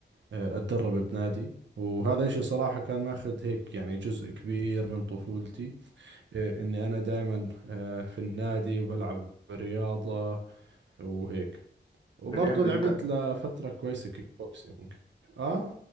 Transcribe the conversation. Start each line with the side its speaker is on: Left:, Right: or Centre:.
Right: آه، أتدرب بنادي وهذا إشي صراحة كان ماخذ هيك يعني جزء كبير من طفولتي آه، إني أنا دائما في النادي وبلعب رياضة وهيك وبرضه
Left: ده جامد
Right: لعبت
Left: ده
Right: لفترة كويسة كيك بوكسينج آه